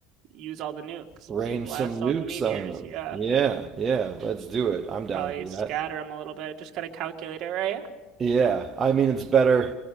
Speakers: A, on the right (about 50°); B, on the right (about 25°).
A: use all the nukes,
B: Rain
A: just blast
B: some
A: all
B: nukes
A: the meteors.
B: on them.
A: Yeah.
B: Yeah, yeah, let's do
A: Mm,
B: it. I'm down
A: Probably
B: for
A: scatter
B: that.
A: them a little bit. Just gotta calculate it right.
B: Yeah, I mean it's better